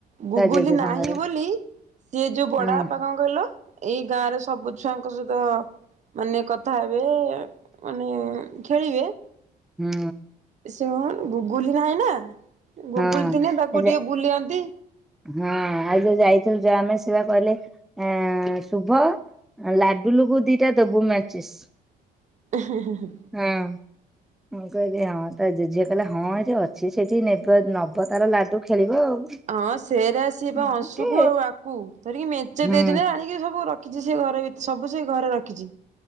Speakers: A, on the right (about 45°); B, in the centre.
A: ଗୁଗୁଲି
B: ତା ଜେଜ
A: ନାହିଁ
B: ସାଙ୍ଗରେ
A: ବୋଲି ସିଏ ଯୋଉ ବଡା
B: ହଁ
A: ପା କଣ କହିଲ ଏଇ ଗାଁରେ ସବୁ ଛୁଆଙ୍କ ସହିତ ତ ମାନେ କଥା ହେବେ ମାନେ ଖେଳିବେ।
B: ହୁଁ।
A: ସେ କ ଗୁଗୁଲ ନାହିଁ ନା ଗୁଗୁଲ
B: ହଁ
A: ଦିନେ ତାକୁ
B: ଏ ଯେ
A: ଟିକେ ବୁଲନ୍ତି।
B: ହଁ ଆଉ ଯୋଉ ଯାଇଥିଲୁ ଯୋ ଆମେ ସେଆ କହିଲେ ଆ ଶୁଭ ଲାଡୁ ଲୁବୁ ଦିଟା ଦବୁ ମ୍ୟାଚିସ୍।
A: ହଁ ହଁ ହଁ।
B: ହଁ। ମୁଁ କହିଲି ହଁ ତ ଜେଝି କିଲେ ହଁ ଏଇଠି ଅଛି ସେଇଠି ନେ ନବ ତାର ଲାଡୁ ଖେଳିବ ଆଉ।
A: ହଁ ସେରେ ଆସ
B: ଏମିତି
A: ଅଂଶୁକୁ ଆଉ ଆକୁ ତରିକି ମେଞ୍ଚେ
B: ହୁଁ
A: ଦେଇଛି ଆଣିକି ସବୁ ରଖିଛି ସେ ଘରେ ସବୁ ସେ ଘରେ ରଖିଛି।